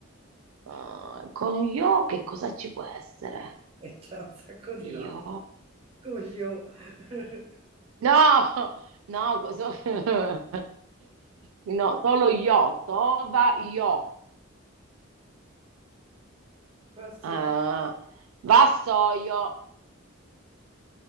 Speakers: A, on the right; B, on the right.
A: Ah, con io che cosa ci può essere?
B: e c'è un sacco di roba.
A: Io?
B: Coglio. <laughs>
A: No, no, so- <laughs> no, solo io, tova io.
B: Posso...
A: Eh, vassoio,